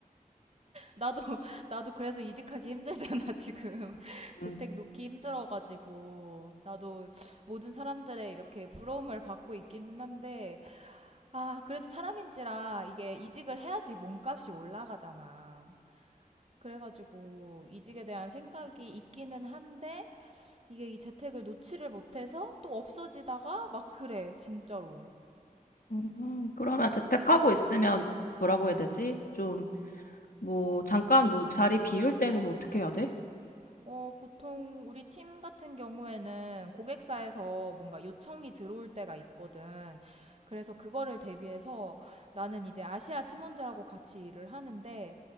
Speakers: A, on the right; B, on the left.
A: 나도, <laughs> 나도 그래서 이직하기 힘들잖아, 지금. <laughs> 재택
B: 응.
A: 놓기 힘들어가지고. 나도 모든 사람들의 이렇게 부러움을 받고 있기는 한데, 아, 그래도 사람인지라 이게 이직을 해야지 몸값이 올라가잖아. 그래가지고 이직에 대한 생각이 있기는 한데, 이게 이 재택을 놓지를 못해서 또 없어지다가 막 그래, 진짜로.
B: 음, 그러면 재택하고 있으면 뭐라고 해야 되지? 좀, 뭐, 잠깐 뭐 자리 비울 때는 뭐 어떻게 해야 돼?
A: 어, 보통 우리 팀 같은 경우에는 고객사에서 뭔가 요청이 들어올 때가 있거든. 그래서 그거를 대비해서 나는 이제 아시아 팀원들하고 같이 일을 하는데,